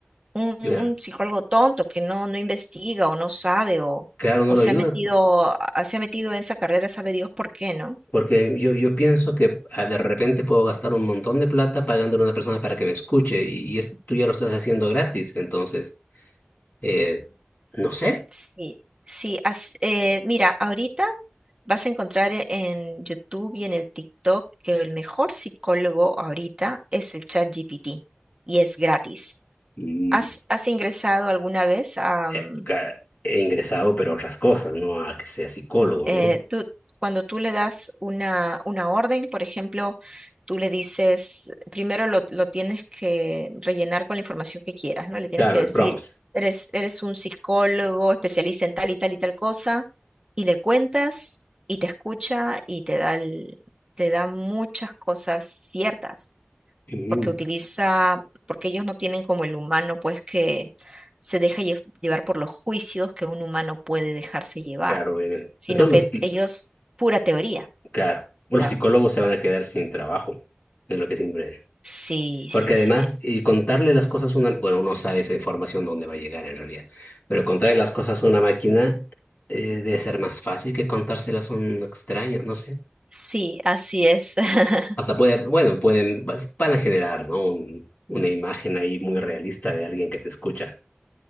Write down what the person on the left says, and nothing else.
claro,
claro, no
lo
ayuda,
porque yo, yo pienso que ah, de repente puedo gastar un montón de plata pagándole a una persona para que me escuche, y, y es- tú ya lo estás haciendo gratis, entonces, eh, no sé.
Mm,
eh, ca- He ingresado, pero a otras cosas, no a que sea psicólogo,
¿no?
Claro,
el prompt.
Mm,
claro, obviamente.
Entonces,
los-
claro, los
psicólogos se van a quedar sin trabajo, es lo que siempre.
Porque
además,
y contarle las cosas a una, bueno, uno sabe esa información dónde va a llegar en realidad, pero contarle las cosas a una máquina eh, debe ser más fácil que contárselas a un extraño, no sé.
Hasta puede, bueno, pueden, vas- van a generar, ¿no? Un- una imagen ahí muy realista de alguien que te escucha